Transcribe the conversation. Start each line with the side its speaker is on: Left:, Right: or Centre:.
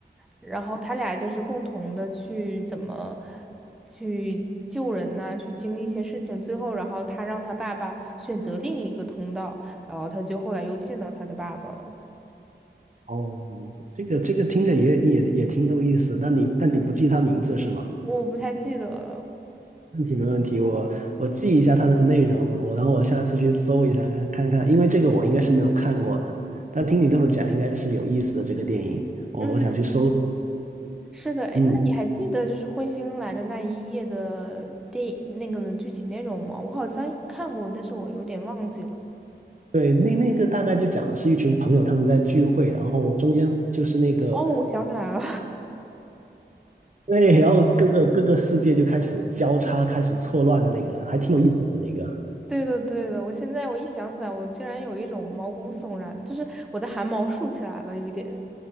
Centre: 然后他俩就是共同的去怎么去救人呐、去经历一些事情，最后然后他让他爸爸选择另一个通道，然后他就后来又见到他的爸爸了，
Right: 哦，这个这个听着也也也挺有意思，但你但你不记他名字是吗？
Centre: 我不太记得了。
Right: 问题没问题，我我记一下它的内容，我然后我下次去搜一下看看看，因为这个我应该是没有看过的，但听你这么讲，应该是有意思的这个电影，我我想去搜。
Centre: 嗯，是的，哎，
Right: 嗯，
Centre: 那你还记得就是彗星来的那一夜的电影那个的具体内容吗？我好像看过，但是我有点忘记了。
Right: 对，那那个大概就讲的是一群朋友他们在聚会，然后中间就是那个
Centre: 哦，我想起来了，
Right: 对，然后各个各个世界就开始交叉，开始错乱的那个，还挺有意思的那个。
Centre: <laughs> 对的，对的，我现在我一想起来，我竟然有一种毛骨悚然，就是我的汗毛竖起来了，有一点。